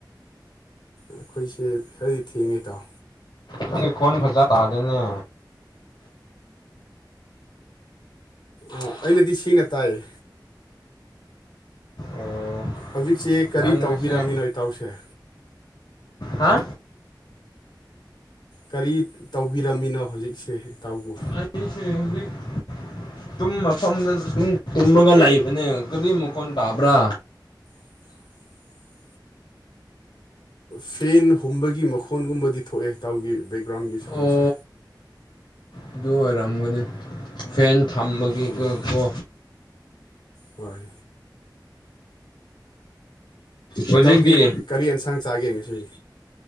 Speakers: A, on the left; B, on the left.
A: ꯑꯩꯈꯣꯏꯁꯦ ꯈꯔꯗꯤ ꯊꯦꯡꯉꯦ ꯇꯥꯎ
B: ꯅꯪꯒꯤ ꯈꯣꯟ ꯐꯖꯥ ꯇꯥꯗꯣꯏꯅꯦ
A: ꯑ ꯑꯩꯅꯗꯤ ꯁꯤꯅ ꯇꯥꯏꯌꯦ
B: ꯑꯣ
A: ꯍꯧꯖꯤꯛꯁꯤ ꯀꯔꯤ
B: ꯅꯪ
A: ꯇꯧꯕꯤꯔꯝꯃꯤꯅꯣ
B: ꯉꯁꯤ
A: ꯏꯇꯥꯎꯁꯦ
B: ꯍꯥ
A: ꯀꯔꯤ ꯇꯧꯕꯤꯔꯝꯃꯤꯅꯣ ꯍꯧꯖꯤꯛꯁꯦ ꯏꯇꯥꯎꯕꯨ
B: ꯑꯩꯁꯦ ꯍꯧꯖꯤꯛ ꯇꯨꯝ ꯃꯐꯝꯗꯨꯝ ꯇꯨꯝꯃꯒ ꯂꯩꯕꯅꯦ ꯀꯔꯤ ꯃꯈꯣꯟ ꯇꯥꯕ꯭ꯔꯥ
A: <inaudible> ꯐꯦꯟ ꯍꯨꯝꯕꯒꯤ ꯃꯈꯣꯟꯒꯨꯝꯕꯗꯤ ꯊꯣꯛꯑꯦ ꯇꯥꯎꯒꯤ ꯕ ꯗ꯭ꯔꯝꯒꯤ ꯁꯥꯎꯟꯁꯦ
B: ꯑꯣ ꯑꯗꯨ ꯑꯣꯏꯔꯝꯒꯅꯤ ꯐꯦꯟ ꯊꯝꯕꯒꯤ
A: ꯎꯝ
B: ꯀꯣ
A: ꯍꯣꯏ
B: ꯍꯧꯖꯤꯛꯇꯤ
A: ꯏꯇꯧꯗꯤ ꯀꯔꯤ ꯌꯦꯟꯁꯥꯡ ꯆꯥꯒꯦ ꯉꯁꯤ